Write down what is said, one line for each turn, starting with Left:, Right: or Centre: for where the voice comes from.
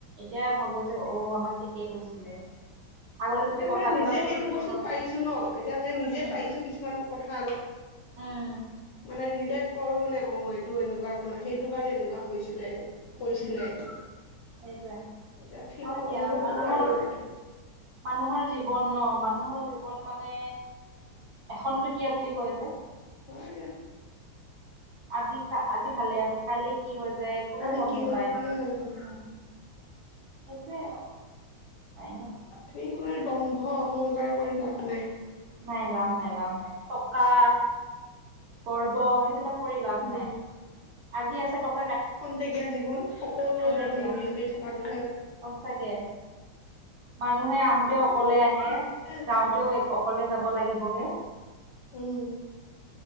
Right: এতিয়া ভাবো যে অ' আমাক কেতিয়া কৈছিলে। আগতে যদি
Left: এতিয়া
Right: কথাবিলাক
Left: মানে নিজে
Right: শুনিলো
Left: সেইটো বস্তু
Right: হয়
Left: পাৰিছো ন' এতিয়া মানে নিজে
Right: উম
Left: পাইছো কিছুমান কথা অলপ।
Right: উম।
Left: মানে ৰিলেট কৰোঁ মানে অ' এইটো এনেকুৱা ধৰণৰ সেইটো কাৰণে এনেকুৱা হৈছিলে কৈছিলে,
Right: উম সেইটোৱে
Left: এতিয়া ফিল
Right: হয় দিয়া
Left: অনুভৱ
Right: মানুহৰ
Left: কৰো আৰু এইবিলাকতে।
Right: মানুহৰ জীৱন ন মানুহৰ জীৱন মানে এখনন্তকীয়া বুলি কয় যে।
Left: কথা হয় দিয়া।
Right: আজি কা আজি ভালে আছোঁ কাইলে কি হৈ যায় কোনোও
Left: কালি
Right: গম
Left: কি
Right: নোপায়
Left: হয় কোনেও নাজানে
Right: উ। সেইটোৱে আৰু, উপায় নাই।
Left: সেইটো মানে দম্ভ অহংকাৰে কৰি লাভ নাই।
Right: নাই লাভ নাই লাভ নাই টকা গৰ্ব সেইবিলাক কৰি লাভ
Left: উম
Right: নাই। আজি আছে ত
Left: খন্তেকীয়া জীৱন সকলোৰে
Right: খন্তেকীয়া
Left: লগত মিলি জুলি থকাটোহে।
Right: সঁচাকে মানুহে আহোতে
Left: তথাপিও
Right: অকলে আহে
Left: এ
Right: যাওঁতেও এক অকলে যাব লাগিবগে।
Left: উম।